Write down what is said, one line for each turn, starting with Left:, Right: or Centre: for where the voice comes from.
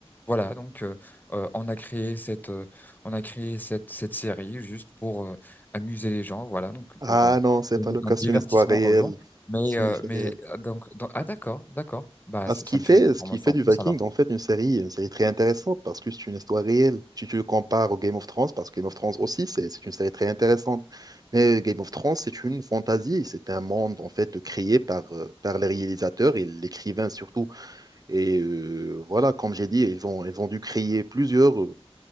Left: voilà, donc euh, euh, on a créé cette, euh, on a créé cette, cette série juste pour euh, amuser les gens, voilà, donc pour
Right: Ah
Left: euh,
Right: non, c'est
Left: donner
Right: pas le cas,
Left: un divertissement
Right: c'est une histoire réelle.
Left: aux gens. Mais,
Right: C'est
Left: euh,
Right: une histoire
Left: mais
Right: réelle.
Left: euh, donc, donc- ah d'accord, d'accord. Bah,
Right: Ah,
Left: ça,
Right: ce qui
Left: ça
Right: fait,
Left: me fait une information
Right: ce qui fait du
Left: en plus
Right: Viking,
Left: alors.
Right: en fait, une série, une série très intéressante parce que c'est une histoire réelle. Si tu le compares au Game of Thrones, parce que Game of Thrones aussi, c'est c'est une série très intéressante. Mais Game of Thrones, c'est une fantaisie. C'est un monde, en fait, créé par, euh, par les réalisateurs et l'écrivain surtout. Et euh, voilà, comme j'ai dit, ils ont, ils ont dû créer plusieurs, euh,